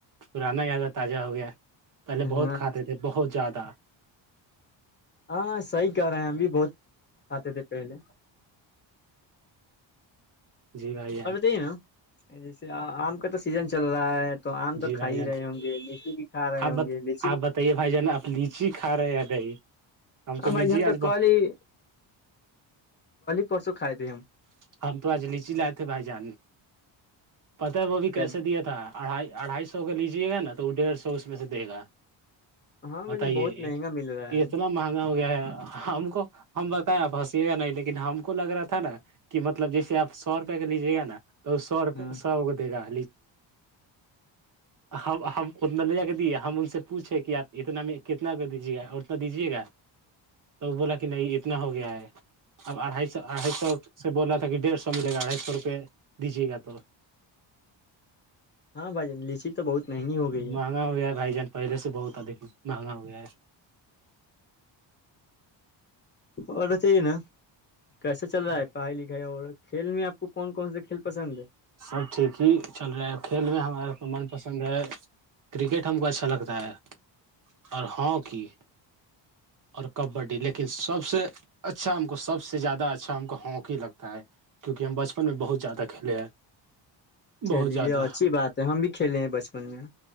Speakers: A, on the right; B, on the left.
A: پرانا یاد آ تازہ ہو گیا پہلے بہت
B: ہاں
A: کھاتے تھے بہت زیادہ
B: ہاں صحی کہ رہے ہیں ہمب بھی بہت کھاتے تھے پہلے
A: جی بھائی جان
B: اور بتائیے نا جیسے آم کا تو سیزن چل رہا ہے تو آم تو
A: جی
B: کھا
A: بھائی
B: ہی
A: جان
B: رہے ہوں گے لیچی بھی کھا رہے
A: آپ
B: ہوں
A: ب
B: گے لیچی
A: آپ بتائیے بھائی جان آپ لیچی کھا رہے ہیں بائی ہمب
B: ہاں
A: تو لیچی
B: بھائی ہم
A: آج بہت
B: کل ہی پر سو کائے تے ہمم
A: ہم تو آج لیچی لائے تھے بھائی جان پت ہے وہ بھی
B: چل
A: کیسے دیا تھا اڑھائی اڑھائی سو کا لیجیے گا نا تو وہ ڈیڑھ سو اس میں سے دے گا
B: ہاں بھائی
A: بتائیے
B: بہت مہنگا مل رہا ہے
A: اتنا مہنگا ہو گیا ہے ہم کو ہم بتائیں آپھنسیے گا نہیں لیکن ہم کو لگ رہا تھا نا کہ مطلب جیسے آپ سو روپئے کا لیجیے گا نا تو سو روپئے
B: ہاں
A: سو کووے گا ہم اتنا لے جا کے دیے ہم ان سے پوچھے کہ آپ اتنا میں کتنا دیجے گا اتنا دیجیے گا تو بولا کہ نہیں اتنا ہو گیا ہے اب اڑھائی سو اھائی سو سے بول رہا تھا کہ ڈیڑھ سو ملے گا ا ڈھائی سو روپے دیجے گا تو
B: ہاں بھائی جان لیچی تو بہت مہنگی ہو گئی
A: مہنگا ہو گیا بھائی جان پہلے سے بہت ادھی مہنگا ہو گیا ہے
B: آڈر چاہی نا کیسا چل رہا ہے پڑھائی لکھائی اور کھیل میں آپ کون کون سے کھیل پسند ہے
A: سب ٹھیک ہی چل رہا ہے کھیل میں ہمارے من پسند ہے کرکٹ ہم کو اچھا لگتا ہے اور ہاکی اور کبڈی لیکن سب سے اچھا ہم کو سب سے زیادہ اچھا ہم کو ہاکی لگتا ہے کیونکہ ہم بچپن اوپن میں بہت زیادہ کھیلے ہیں
B: چلیے
A: بہت زیادہ
B: اچھی بات ہے ہم بھی کھیلے ہیں بچپن میں